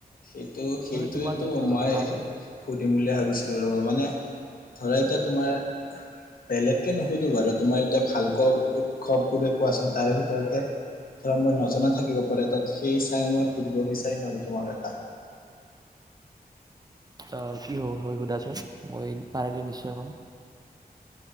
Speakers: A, on the left (about 65°); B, on the right (about 25°).
A: সেইটো সেইটোয়েতো
B: মানে তোমাৰ যাতে অলপ
A: মই
B: লাভ হয়
A: সুধিম বুলিয় ভাবিছিলোঁ, ৰব মানে ধৰা এতিয়া তোমাৰ বেলেগকে নুসুধো বাৰু তোমাৰ এতিয়া ভালক উৎসৱ বোৰে কোৱাচোন, তাৰে ভিতৰতে ধৰা মই নজনা থাকিব পাৰে তাত। সেই চাই মই সুধিব বিচাৰিম আৰু তোমাক এটা
B: অহ, কি হ-হৈ সুধাচোন, মই পাৰিলে নিশ্চয় ক'ম।